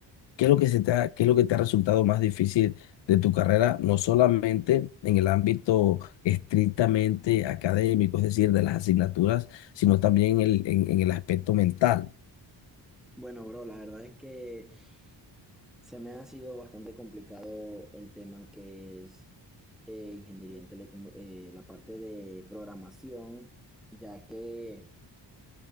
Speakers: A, on the left; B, in the centre.
A: ¿Qué es lo que se te ha, qué es lo que te ha resultado más difícil de tu carrera, no solamente en el ámbito estrictamente académico, es decir, de las asignaturas, sino también en el, en, en el aspecto mental?
B: Bueno, bro, la verdad es que Se me ha sido bastante complicado el tema que es eh, ingeniería en telecomu- eh, la parte de programación, ya que